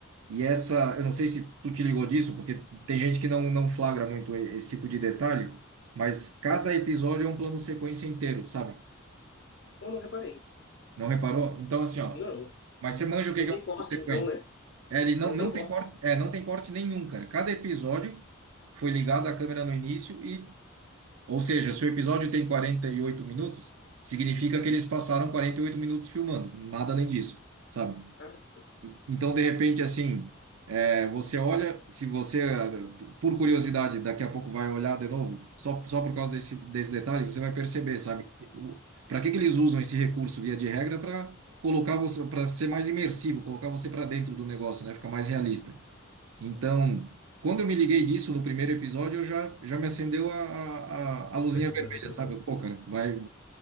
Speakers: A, on the right; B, on the left.
A: E essa, eu não sei se tu te ligou disso, porque tem gente que não, não flagra muito e- esse tipo de detalhe, mas cada episódio é um plano sequência inteiro, sabe?
B: Então eu não reparei.
A: Não reparou? Então, assim, ó.
B: Não,
A: Mas você manja o que
B: não
A: que
B: tem
A: é um plano
B: corte,
A: sequência?
B: então, né?
A: É, ele não,
B: Não
A: não
B: tem corte.
A: tem corte, é, não tem corte nenhum, cara. Cada episódio foi ligado à câmera no início e, ou seja, se o episódio tem 48 minutos, significa que eles passaram 48 minutos filmando, nada além disso, sabe?
B: Cara,
A: Então, de repente, assim, é, você olha, se você, ah, por curiosidade, daqui a pouco vai olhar de novo, só, só por causa desse, desse detalhe, você vai perceber, sabe? Para que que eles usam esse recurso via de regra para colocar você, para ser mais imersivo, colocar você para dentro do negócio, né? Ficar mais realista. Então, quando eu me liguei disso no primeiro episódio, eu já, já me acendeu a, a, a a luzinha
B: já chamou
A: vermelha,
B: mais atenção.
A: sabe? Eu, Pô, cara, vai,